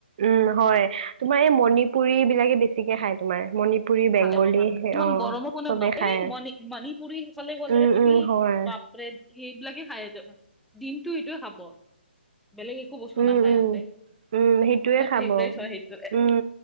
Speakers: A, on the right; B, in the centre.
A: উম হয় তোমাৰ এই মণিপুৰি বিলাকে বেছিকে খাই তোমাৰ মণিপুৰী বেংগলী
B: ভাল হব কাৰ নাই ইমান
A: অ
B: গৰমত কোনে
A: চবে
B: বনাব
A: খায়
B: এই মণি মণিপুৰী ফালে গ'লে
A: উম
B: তুমি
A: উম হয়
B: বাপৰে সেইবিলাকে খায় দিনটো সিটো খাব বেলেগ একো বস্তু
A: উম
B: নাখায়
A: উম
B: সিহঁতে
A: উম সেইটোয়ে খাব
B: ফেভৰেট হয় সেইটোৱে
A: উম